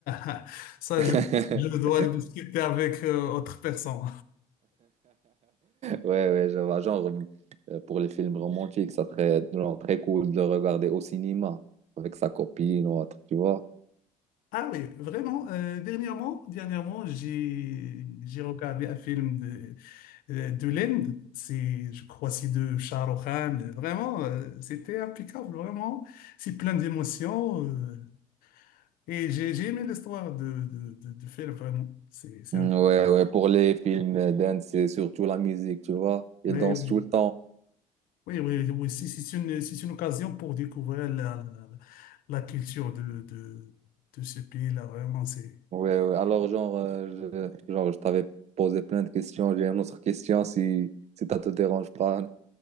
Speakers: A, on the left (about 70°); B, on the right (about 45°).
A: <laughs> ça,
B: <laughs>
A: je, je dois le discuter avec euh, autre personne.
B: Ouais, ouais, je vois. Genre, euh, pour les films romantiques, ça serait genre, très cool de le regarder au cinéma avec sa copine ou autre, tu vois.
A: Ah oui, vraiment, euh, dernièrement, dernièrement, j'ai j'ai regardé un film de, euh, de l'Inde, c'est, je crois, c'est de Shah Rukh Khan. Vraiment, euh, c'était impeccable, vraiment. C'est plein d'émotions. euh, Et j'ai j'ai aimé l'histoire de, de, de, de faire vraiment. C'est c'est
B: Mm,
A: un peu-
B: Ouais, ouais, pour les films euh, dance, c'est surtout la musique, tu vois. Ils
A: Oui,
B: dansent
A: oui,
B: tout le temps.
A: oui, oui, oui. Si- si C'est une, si c'est une occasion pour découvrir la, la, la culture de, de, de ce pays-là, vraiment, c'est...
B: Ouais, ouais. Alors, genre, euh, je, genre, je t'avais posé plein de questions. J'ai une autre question si, si ça te dérange pas.